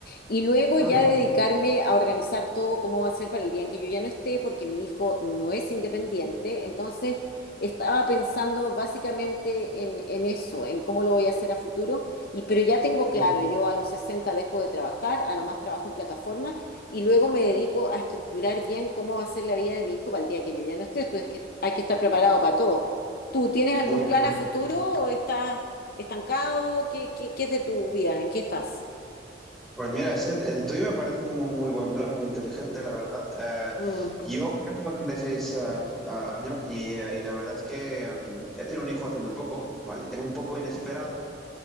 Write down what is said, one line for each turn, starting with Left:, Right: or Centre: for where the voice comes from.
Left: Y luego
Centre: Ajá,
Left: ya dedicarme a organizar todo cómo va a ser para el día en que yo ya no esté, porque mi hijo no es independiente. Entonces, estaba pensando básicamente en, en eso, en cómo lo voy a hacer a futuro. Y, pero ya tengo
Centre: mm,
Left: claro, yo a los 60 dejo de trabajar, a lo más trabajo en plataformas, y luego me dedico a estructurar bien cómo va a ser la vida de mi hijo para el día que yo ya no esté. Entonces, que hay que estar preparado para todo. ¿Tú tienes
Centre: Muy
Left: algún
Centre: bien.
Left: plan
Centre: muy
Left: a
Centre: bien.
Left: futuro o estás estancado? ¿Qué, qué, qué es de tu vida? ¿En qué estás?
Centre: Pues mira, ese- el tuyo me parece un mu- muy buen plan, muy inteligente, la verdad. Eh,
Left: Mm.
Centre: yo ya tengo 36 eh, a- años y, eh, y la verdad es que mm, he tenido un hijo hace muy poco, ¿vale? Era un poco inesperado